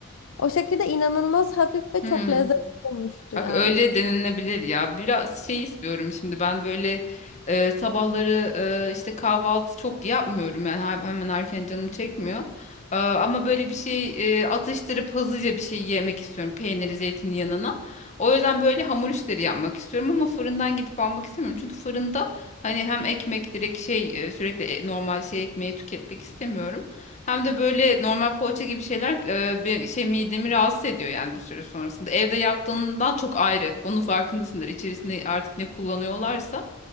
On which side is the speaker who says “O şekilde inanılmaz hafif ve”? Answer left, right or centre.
Left